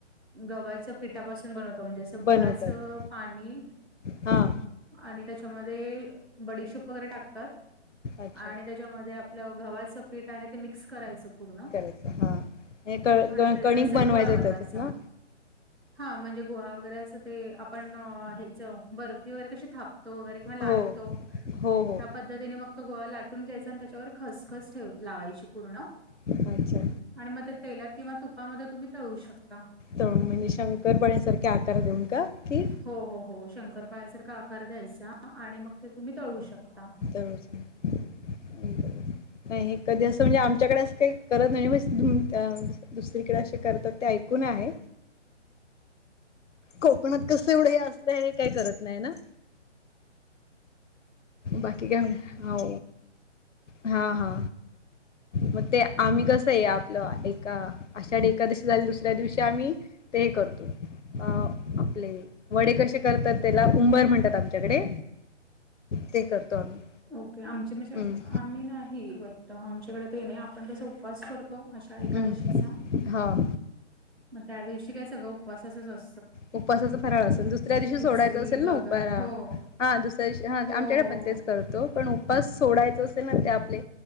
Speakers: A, in the centre; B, on the left.
A: गव्हाचं पिठापासुन बनवतो म्हणजे असं गुळाचं
B: बनवतात.
A: पाणी
B: हां.
A: आणि त्याच्यामध्ये बडीशोप वगैरे टाकतात
B: अच्छा.
A: आणि त्याच्यामध्ये आपलं गव्हाचं पेठ आहे ते मिक्स करायचं पूर्ण
B: हा हे
A: आणि त्याचा
B: कणिक
A: असा
B: बनवायचं
A: एक गोळा बनवायचा
B: त्यातस ना.
A: हा म्हणजे गोहा वगैरे असं ते आपण ह्याच बर्फी वगैरे कशी थाप तो वगैरे किंवा लाटतो
B: हो. हो, हो.
A: त्या पद्धतीने मग तो गोळा लाटून घ्यायचा आणि त्याच्यावर खसखस ठेव लावायची पूर्ण
B: अच्छा.
A: आणि मग ते तेलात किंवा तुपामध्ये तुम्ही तळु शकता.
B: म्हणजे शंकर पाण्यासारखे आकार देऊन का की
A: हो हो हो शंकरपाळसारखा आकार द्यायचा आणि मग ते तुम्ही तळू शकता.
B: तर नाही हे कधी असं म्हणजे आमच्याकडे अस काही करत नाही बस तुम त्या दुसरीकडे असे करतात ते ऐकून आहे कोकणात कस एवढं असलं हे काही करत नाही ना बाकी काय हो हा हा मग ते आम्ही कसं आहे आपलं एका आषाढी एकादशी झाली दुसऱ्या दिवशी आम्ही ते करतो अ आपले वडे कसे करतात त्याला उंबर म्हणतात आमच्याकडे ते करतो आम्ही
A: ओके आमचे म्हणजे
B: हम्म.
A: आम्ही नाही वेलम आमच्याकडे ते नाही आपण कस उपवास करत अषाढी एकादशीचा
B: हम्म. हा
A: मग त्या दिवशी काय सगळं उपवासाचाच असतो
B: उपवासाचा फराळ असेल दुसऱ्या दिवशी
A: खिचडी
B: सोडायचा असेल
A: भगर
B: ना उपारा
A: हो
B: हा दुसऱ्या दिवशी हा आमच्याकडे
A: हो हो
B: पण तेच करत पण उपास सोडायचा असेल ना ते आपले